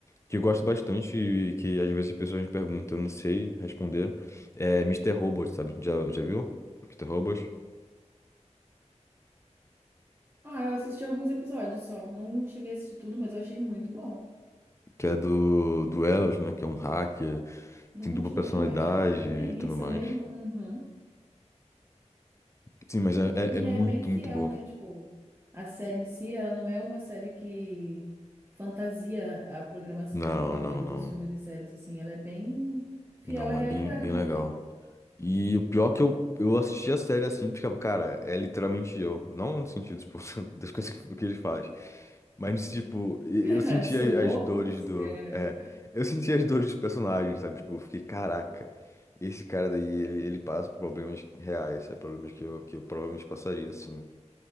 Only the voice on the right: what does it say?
Ah, eu assisti alguns episódios só. Não cheguei a assistir tudo, mas eu achei muito bom.
Não
continuei
mais por preguiça
mesmo. Uhum.
E
é bem fiel,
né? Tipo, a série em si, ela não é uma série que fantasia a programação,
né? Igual
a maioria
dos filmes e séries, assim. Ela é bem fiel
à realidade,
né, velho?
<laughs>
De ser
louco,
se...
é...